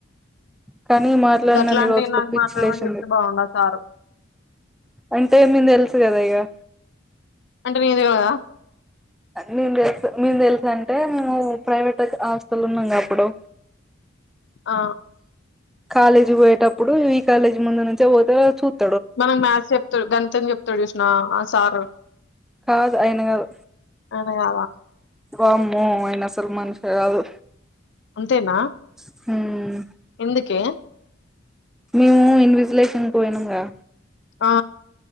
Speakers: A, in the centre; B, on the left.
A: కానీ మాట్లాడినన్ని
B: గట్లాంటివి
A: రోజులు
B: నాకు
A: పిచ్చి
B: మాట్లాడమని
A: లేశింది.
B: చెప్తే బాగుండదు సారు
A: అంటే ఏమైంది తెల్సు గదా ఇగా
B: అంటే నీకు తెల్వదా
A: నేను తెల్సు మేం తెల్సు అంటే మేమూ ప్రైవేట్ హాస్టల్ ఉన్నాంగా అప్పుడూ.
B: ఆ
A: కాలేజీ పోయేటప్పుడు ఈ కాలేజీ ముందు నుంచే పోతే చూత్.
B: మనకు మ్యాథ్స్ చెప్తడు గణితం చెప్తడు చూశినవా ఆ సారు.
A: కాదు ఆయిన గాదు
B: ఆయన గాదా
A: వామ్మో ఆయిన అసలు మనిషే గాదు.
B: అంతేనా
A: హ్మూ
B: ఎందుకే
A: మేమూ ఇన్విజిలేషన్కి పోయినంగా.
B: ఆ